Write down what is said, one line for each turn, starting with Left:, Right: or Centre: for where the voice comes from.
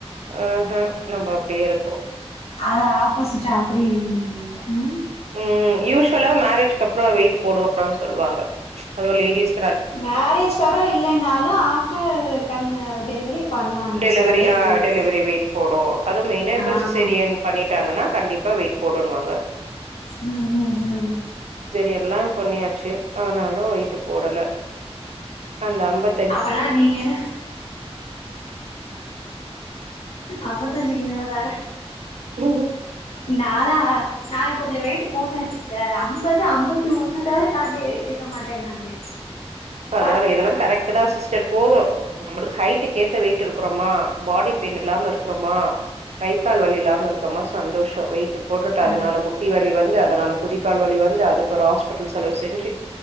Right: ஹூஹூ நம்ப அப்டியே இருக்கோ
Left: அத ஆப்போசிட்டா அப்டி இருக்கீங்க ம்
Right: ம் யூஸ்வலா மேரேஜ்கப்புற வெயிட் போடுவாங்க சொல்லுவாங்க அது லேடிஸ்
Left: மேரேஜ்கப்புறம் இல்லைனாலும் ஆஃப்டர் கண் டெலிவரி பண்ணுவாங்க
Right: டெலிவரி
Left: ச வெயிட்
Right: ஆ
Left: போட்ரு
Right: டெலிவரி வெயிட் போடும் அது மெய்னா இப்ப
Left: ஆமா
Right: சிசேரியன்
Left: ஆமா
Right: பண்ணிட்டாங்கன்னா கண்டிப்பா வெயிட் போட்டுன்னு வாங்க
Left: ம் ம் ம் ம்
Right: சரிஎல்லாம் பண்ணியாச்சு ஆனாலும் வெயிட்டிங் போடல அந்த ஐம்பத்
Left: அப்பனா நீங்கென அம்பத்தஞ்சு கிலோ தானா
Right: ம்
Left: நாலா நா இப்ப கொஞ்சோ வெயிட்டு போட்டே சிஸ்டர் அம்பது அம்பத்தி ஒண்ணு தவிர தாண்டி இருக்க மாட்டேன் நானு
Right: பரவால
Left: பா
Right: இதெல்லாம் கரெக்ட் தான் சிஸ்டர் போதும் நம்ளுக்கு ஹைட்டுகேத்த வெயிட் இருக்கறோமா பாடி பெயின் இல்லாம இரு க்கறோமா கை கால் வழி இல்லாம இருக்கோமா சந்தோஷம் வெயிட்டு போட்டுட்டு
Left: ஆ
Right: அதனால முட்டி வலி வந்து அதனால குதி கால் வலி வந்து அதுக்கு ஒரு ஹாஸ்பிட்டல் செலவு செஞ்சு